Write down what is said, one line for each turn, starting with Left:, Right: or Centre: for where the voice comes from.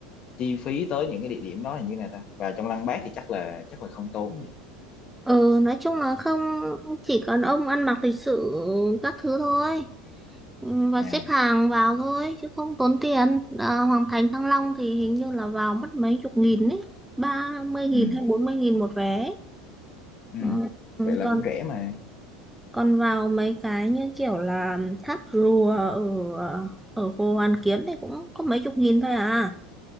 Left: chi phí tới những cái địa điểm đó là như nào ta và trong Lăng Bác thì chắc là chắc là không tốn nhỉ
Centre: Ừ, nói chung là không chỉ cần ông ăn mặc lịch sự các thứ thôi Ừ, và
Left: à
Centre: xếp hàng vào thôi chứ không tốn tiền. À, Hoàng Thành Thăng Long thì hình như là vào mất mấy chục nghìn ấy, ba mươi nghìn
Left: ừ
Centre: hay bốn mươi nghìn một vé.
Left: ừ
Centre: Ừ, ừ,
Left: vậy là
Centre: còn
Left: cũng rẻ mà
Centre: còn vào mấy cái như kiểu là tháp rùa ở ở Hồ Hoàn Kiếm thì cũng có mấy chục nghìn thôi à,